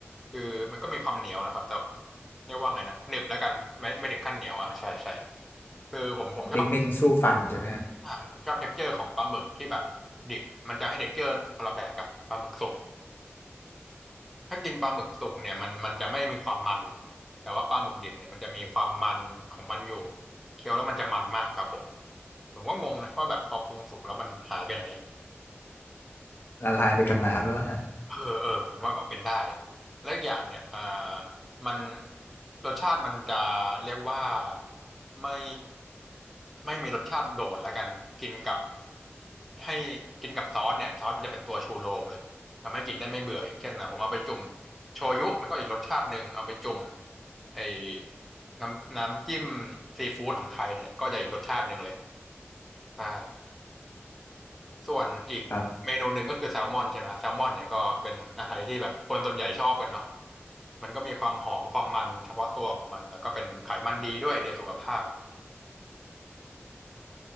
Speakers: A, in the centre; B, on the left.
A: คือมันก็มีความเหนียวแหละครับแต่เรียกว่าไงนะหนึบแล้วกันไม่ไม่ถึงขั้นเหนียวอ่ะใช่ใช่คือผมผมชอบ
B: เด้งเด้งสู้ฟันใช่ไหมฮะ
A: อ่าผมชอบเท็กเจอร์ของปลาหมึกที่แบบดิบมันจะให้เท็กเจอร์คนละแบบกับปลาหมึกสุก ถ้ากินปลาหมึกสุกเนี่ยมันมันจะไม่มีความมันแต่ว่าปลาหมึกดิบเนี่ยมันจะมีความมันของมันอยู่เคี้ยวแล้วมันจะมันมากครับผมผมก็งงนะว่าแบบพอปรุงสุกแล้วมันหายไปไหน
B: ละลายไปกับน้ำด้วยฮะ
A: เออเออผมว่าก็เป็นได้แล้วอกอย่างเนี่ยอ่ามันรสชาติมันจะเรียกว่าไม่ไม่มีรสชาติโดดแล้วกันกินกับให้กินกับซอสเนี่ยซอสมันจะเป็นตัวชูโรงเลยทำให้กินได้ไม่เบื่ออย่างเช่นนะผมเอาไปจุ่มโชยุมันก็อีกรสชาติหนึ่งเอาไปจุ่มไอ้น้ำน้ำจิ้มซีฟู้ดของไทยเนี่ยก็จะอีกรสชาติหนึ่งเลยใช่ ส่วนอีกเมนูหนึ่งก็คือแซลมอนใช่ไหมแซลมอนเนี่ยก็เป็นอะไรที่แบบคนส่วนใหญ่ชอบกันเนาะ
B: ครับ
A: มันก็มีความหอมความมันเฉพาะตัวของมันแล้วก็เป็นไขมันดีด้วยเดียวสุขภาพ